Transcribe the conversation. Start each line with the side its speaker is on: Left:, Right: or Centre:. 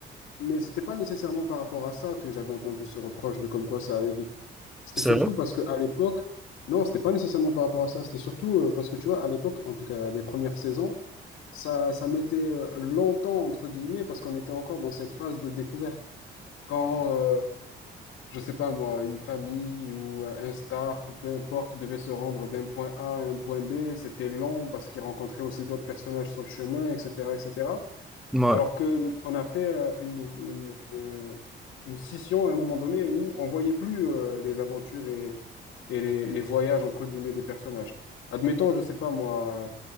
Left: Mais c'était pas nécessairement par rapport à ça que j'avais entendu ce reproche de comme quoi ça allait vite. C'était
Centre: C'est
Left: surtout
Centre: vrai.
Left: parce que à l'époque, non, c'était pas nécessairement par rapport à ça. C'était surtout euh, parce que tu vois, à l'époque, en tout cas les premières saisons, ça, ça mettait euh, longtemps entre guillemets parce qu'on était encore dans cette phase de découverte. Quand, euh, je sais pas moi, une famille ou euh, un Stark ou peu importe devait se rendre d'un point A à un point B, c'était long parce qu'ils rencontraient aussi d'autres personnages sur le chemin, etc., etc.
Centre: Ouais.
Left: Alors que on a fait euh, une, une, euh, une scission à un moment donné où on voyait plus euh, les aventures et, et les, les voyages entre guillemets des personnages. Admettons, je sais pas moi,